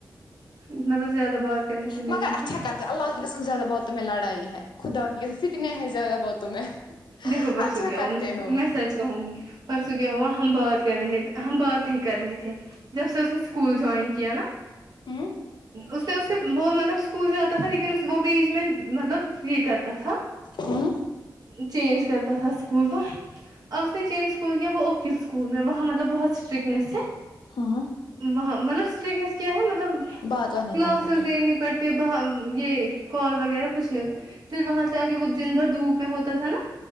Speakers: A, on the right; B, on the left.
A: مطلب زیادہ بات کرنے سے
B: مگر
A: ملنے
B: اچھا
A: سے
B: کرتے اللہ کی قسم زیادہ باتوں میں لڑائی ہے خدا کی قسم فتنے ہیں زیادہ باتوں میں
A: دیکھو پرسوں
B: اچھا
A: کیا
B: کرتے
A: هوں
B: ہو
A: میں سچ کہوں گی پرسوں کیا ہوا ہم بات کر رہے تھے ہم بات ہی کر رہے تھے جب سے اس نے اسکول جوائن کیا نا
B: ہم
A: اس میں اس سے وہ مطلب اسکول جاتا تھا لیکن وہ بھی اسمے میں مطلب کچھ یہ کرتا تھا
B: ہاں
A: چینج کرتا تھا اسکول تو اب اس نے چینج اسکول کیا وہ <unintelligible> اسکول میں وہاں مطلب بہت اسٹرکٹنیس ہے
B: ہوں
A: وہاں مطلب اسٹرکنیس کیا ہے مطلب
B: بات وات نہیں
A: کلاسز
B: کر پاتے
A: دینی پڑ ب یہ کال وغیرہ کچھ نہیں ہوتا پھر وہاں سے آگ وہ دن بھر دھوپ میں ہوتا تھا نا